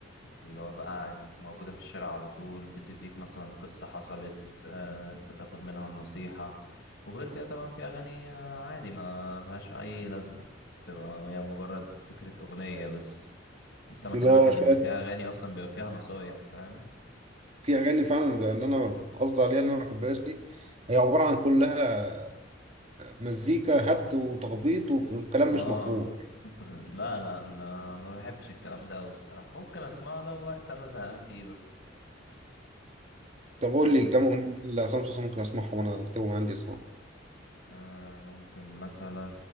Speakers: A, on the left; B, on the right.
A: اللي هو بقى موجودة في الشارع على طول بتديك مثلا قصة حصلت آه، أنت تاخد منها النصيحة وغير كده طبعا في أغاني آه، عادي ما لهاش أي لازمة بتبقى هي مجرد فكرة أغنية بس بس أنا
B: اللي
A: بكلمك
B: هو
A: إن
B: شويه
A: بيبقى فيها أغاني أصلا بيبقى فيها نصايح فاهم
B: في اغاني فعلا ب- ان انا قصدي عليها اللي انا ما بحبهاش دي هي عباره عن كلها مزيكا هبد وتخبيط وكلام
A: اه
B: مش مفهوم
A: <laughs> لا لا ما ما بحبش الكلام ده أوي بصراحة ممكن أسمعه لو وقت أنا زهقان فيه بس
B: طب
A: فاهم
B: قول لي كام اغنيه لعصام صاصا ممكن اسمعهم وانا اكتبهم عندي اسمعهم
A: آه ممكن مثلا